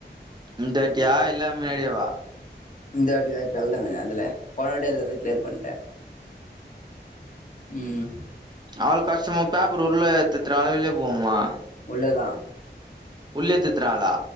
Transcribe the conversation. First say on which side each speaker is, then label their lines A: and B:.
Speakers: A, on the right; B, on the left.
A: இந்தாட்டியா இல்லா மேலேவா
B: இந்த வாட்டி தா இப்ப எழுதுனனே அதுல போன வாட்டி எழுதுனது கிளியர் பண்ட்டே ம்
A: அவ்ளோ கஷ்டமா பேப்பரு உள்ள திர்த்துறா வெளில போமா
B: உள்ள தா
A: உள்ளே திர்த்துறாங்ளா